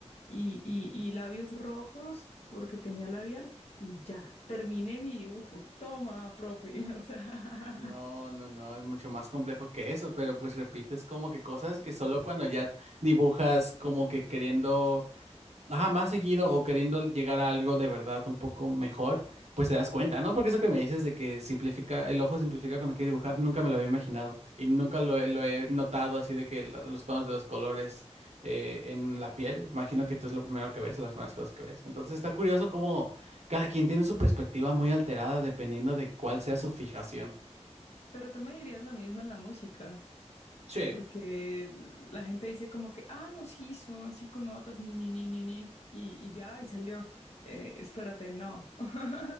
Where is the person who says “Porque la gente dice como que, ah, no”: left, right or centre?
Left